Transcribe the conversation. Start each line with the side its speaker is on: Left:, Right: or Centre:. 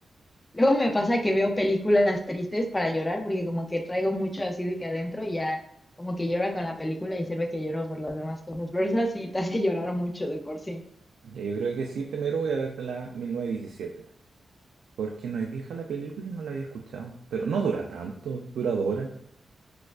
Left: Luego me pasa que veo películas tristes para llorar, porque como que traigo mucho así de que adentro y ya como que llora con la película y sirve que lloro por las demás cosas. Pero esa sí te hace <laughs> llorar mucho de por sí.
Right: Ya, yo creo que sí, primero voy a ver la 1917 porque no es vieja la película y no la había escuchado. Pero no dura tanto, dura dos horas.